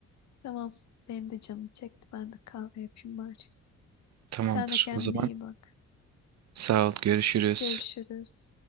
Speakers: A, on the left (about 65°); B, on the right (about 60°).
A: Tamam, benim de canım çekti. Ben de kahve yapayım bari.
B: Tamamdır.
A: Sen de kendine
B: O zaman
A: iyi bak.
B: sağ ol. Görüşürüz.
A: Görüşürüz.